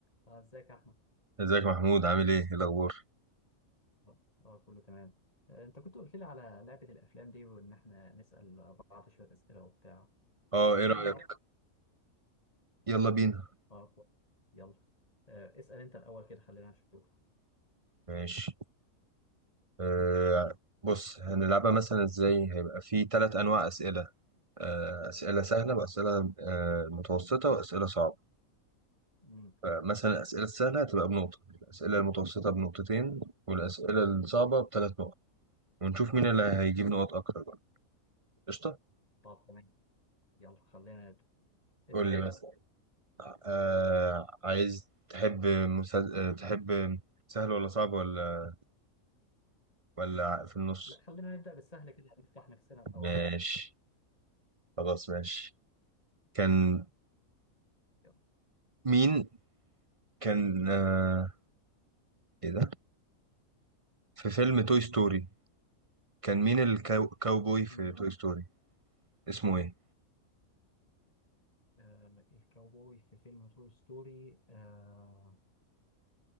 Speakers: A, on the left (about 25°); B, on the right (about 30°).
A: اه ازيك يا احمد
B: ازيك يا محمود عامل ايه ايه الاخبار
A: اه آه، كله تمام آه، انت كنت قلت لي على لعبة الافلام دي وان احنا نسأل بعض شوية اسئلة وبتاع
B: اه
A: فما
B: ايه رأيك
A: تيجي نلعب
B: يلا بينا
A: آه، كو- يلا آه، اسأل انت الاول كده خلينا نشوف
B: ماشي آه بص هنلعبها مثلا ازاي هيبقى في ثلاث انواع اسئله آه اسئله
A: مم.
B: سهله واسئله آه متوسطه واسئله صعبه
A: مم.
B: فمثلا الاسئله السهله هتبقى بنقطه الاسئله المتوسطه بنقطتين والاسئله الصعبه بثلاث نقط ونشوف مين اللي هيجيب نقط اكتر بقى قشطه
A: طب تمام يلا خلينا نبدأ اسأل
B: قول لي
A: كده
B: مثلا آه عايز تحب مسل... آه، تحب سهل ولا صعب ولا ولا في النص
A: لا خلينا نبدأ بالسهل كده نفتح نفسنا الاول
B: ماشي خلاص ماشي كان
A: يلا
B: مين كان آه... ايه ده في فيلم توي ستوري كان مين الكاوبوي في
A: امم
B: توي ستوري اسمه ايه
A: آه الكاوبوي في فيلم توي ستوري آه